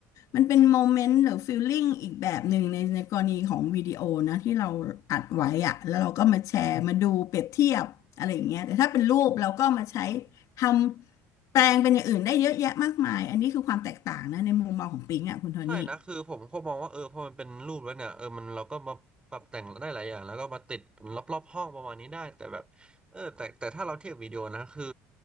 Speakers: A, on the left; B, on the right.
A: มันเป็นโมเมนต์หรือฟีลลิ่งอีกแบบหนึ่งในในกรณีของวิดีโอนะที่เราอัดไว้อะแล้วเราก็มาแชร์มาดูเปรียบเทียบอะไรอย่างเงี้ยแต่ถ้าเป็นรูปเราก็มาใช้ทำแปลงเป็นอย่างอื่นได้เยอะแยะมากมายอันนี้คือความแตกต่างนะในมุมมองของปิงอ่ะคุณโทนี่
B: ใช่นะคือผมก็มองว่าเออพอมันเป็นรูปแล้วเนี่ยเออมันเราก็มาปรับแต่งได้หลายอย่างแล้วก็มาติดรอบๆห้องประมาณนี้ได้แต่แบบเออแต่แต่ถ้าเราเทียบวิดีโอนะคือ